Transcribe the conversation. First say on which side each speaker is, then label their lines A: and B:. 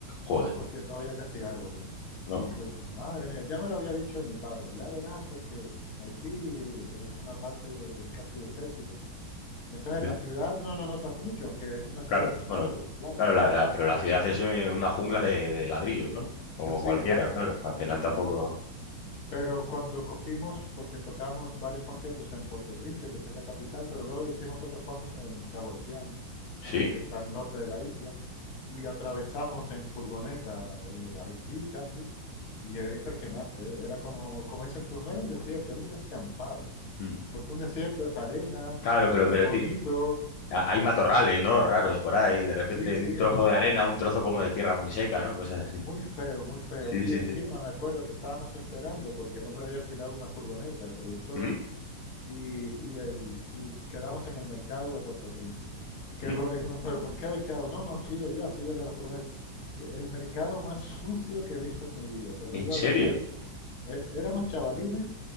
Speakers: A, on the left; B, on the left.
A: Joder,
B: porque no había casi árboles.
A: no.
B: Y dije, madre mía, ya me lo había dicho mi padre, ya verás, porque Haití es una parte es casi desértica. Entonces
A: sí,
B: en la ciudad no lo notas mucho, aunque es una ciudad
A: Claro,
B: sin
A: bueno,
B: árboles, claro.
A: claro, la- la- pero la ciudad es eh, una jungla de, de ladrillos, ¿no? Como
B: Eh, Sí,
A: cualquiera,
B: claro.
A: claro.
B: eh,
A: Al final
B: Y
A: tampoco.
B: te- pero cuando cogimos, porque tocamos varios conciertos en Puerto Príncipe, que es la capital, pero luego hicimos otros cuantos en, en Cabo Haitiano,
A: ¿Sí?
B: que es al norte de la isla, y atravesamos en furgoneta eh, Haití casi, y era impresionante, eh, era como, como dices tú, no era un desierto, era un descampado,
A: Mm.
B: porque un desierto es arena,
A: Claro, pero,
B: es
A: pero
B: bonito,
A: ti- ha- hay matorrales,
B: es-
A: ¿no? Raros por ahí. De repente
B: sí, sí,
A: un trozo
B: no,
A: de arena, un trozo como de tierra muy seca, ¿no? Cosas así.
B: muy feo, muy feo.
A: Sí,
B: Y
A: sí,
B: encima
A: sí.
B: me acuerdo que estábamos esperando, porque el hombre había alquilado una furgoneta, el productor,
A: ¿Mm?
B: y, y el- y quedamos en el mercado de Puerto Príncipe. Que
A: ¿Mm?
B: luego le dijimos, pero ¿por qué habéis quedado? No, no he sido yo, ha sido el de la furgoneta. E- El mercado más sucio que he visto en mi vida, te lo
A: ¿En
B: digo
A: serio?
B: de verdad. E- Éramos chavalines,